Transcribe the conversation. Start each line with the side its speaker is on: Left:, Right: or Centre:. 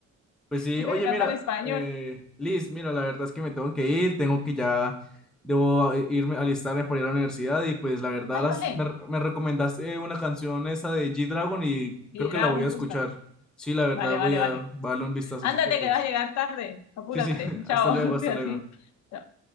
Centre: Pues sí,
Left: gente
Centre: oye,
Left: que canta
Centre: mira,
Left: en español.
Centre: eh, Liz, mira, la verdad es que me tengo que ir, tengo que ya, debo eh, irme, alistarme para ir a la universidad y pues la verdad
Left: Ay,
Centre: las,
Left: vale.
Centre: me, me recomendaste una canción esa de G-Dragon y
Left: Y
Centre: creo que
Left: Dragon,
Centre: la voy a escuchar.
Left: búscalo.
Centre: Sí, la verdad
Left: Vale,
Centre: voy
Left: vale,
Centre: a
Left: vale.
Centre: voy a darle un vistazo,
Left: Ándate
Centre: así que pues,
Left: que vas a llegar tarde. Apúrate.
Centre: sí, sí, <laughs>
Left: Chao,
Centre: hasta luego, hasta
Left: <laughs> fíjate.
Centre: luego.
Left: Chao.